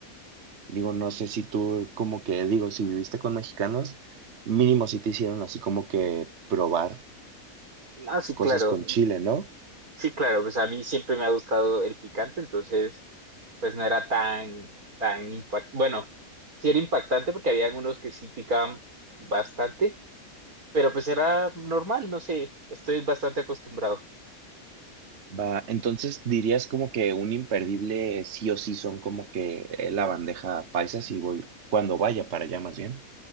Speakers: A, on the right; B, on the right.
A: Digo, no sé si tú, como que, digo, si viviste con mexicanos, mínimo si te hicieron así como que probar
B: Ah, sí,
A: cosas
B: claro,
A: con chile, ¿no?
B: sí, claro, pues a mí siempre me ha gustado el picante, entonces pues no era tan, tan impactante, bueno, sí era impactante porque había algunos que sí picaban bastante, pero pues era normal, no sé, estoy bastante acostumbrado.
A: Va, entonces dirías como que un imperdible sí o sí son como que eh, la bandeja paisa si voy, cuando vaya para allá más bien.